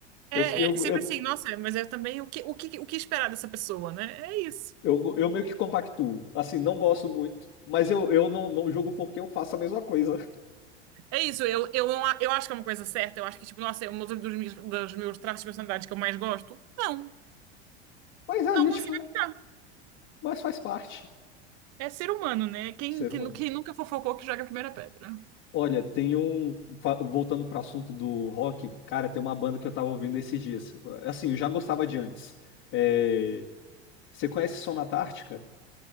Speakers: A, on the right (about 50°); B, on the left (about 55°).
A: É,
B: eu, eu,
A: é é sempre
B: eu,
A: assim, nossa, mas é também o que, o que, o que esperar dessa pessoa, né? É isso.
B: eu, eu meio que compactuo. Assim, não gosto muito, mas eu, eu não, não julgo porque eu faço a mesma coisa. <laughs>
A: É isso, eu, eu, não a- eu acho que é uma coisa certa, eu acho que, tipo, nossa, é um dos dos meus, dos meus traços de personalidade que eu mais gosto. Não,
B: Mas a
A: não
B: gente
A: consigo
B: faz,
A: evitar.
B: mas faz parte,
A: É ser humano, né? Quem,
B: ser
A: quem,
B: humano.
A: nu- quem nunca fofocou que joga a primeira pedra.
B: Olha, tem um. fa- Voltando pro assunto do rock, cara, tem uma banda que eu tava ouvindo esses dias. Assim, eu já gostava de antes. É, você conhece Sonata Ártica?